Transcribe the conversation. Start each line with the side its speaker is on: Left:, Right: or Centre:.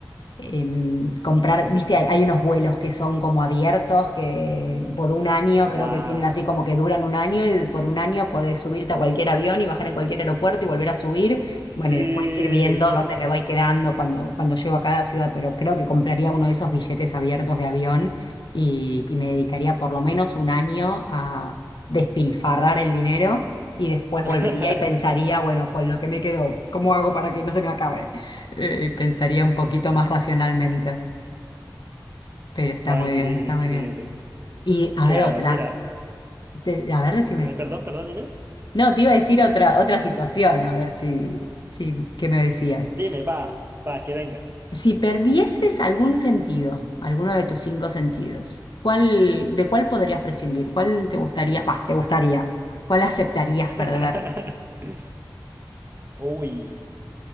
Left: em, comprar, viste, hay, hay unos vuelos que son como abiertos, que por un año
Right: Claro,
Left: creo que tienen así como que duran un año y por un año podés subirte a cualquier avión y bajar en cualquier aeropuerto y volver a subir.
Right: sí.
Left: Bueno, y después ir viendo dónde me voy quedando cuando, cuando llego a cada ciudad, pero creo que compraría uno de esos billetes abiertos de avión y, y me dedicaría por lo menos un año a despilfarrar el dinero. Y después
Right: <laughs>
Left: volvería y pensaría, bueno, con lo que me quedó, ¿cómo hago para que no se me acabe? Eh, pensaría un poquito más racionalmente, pero está
Right: No,
Left: muy
Right: increíble,
Left: bien, está
Right: increíble.
Left: muy bien. Y a
Right: Claro,
Left: ver otra,
Right: mira,
Left: Te- a ver, decime.
Right: per- perdón, perdón, dime.
Left: No, te iba a decir otra, otra situación, a ver si, si, ¿qué me decías?
Right: Dime, va, va, que venga.
Left: Si perdieses algún sentido, alguno de tus cinco sentidos, ¿cuál, de cuál podrías prescindir? ¿Cuál te gustaría? Bah, te gustaría. ¿Cuál aceptarías
Right: <laughs>
Left: perder?
Right: Uy.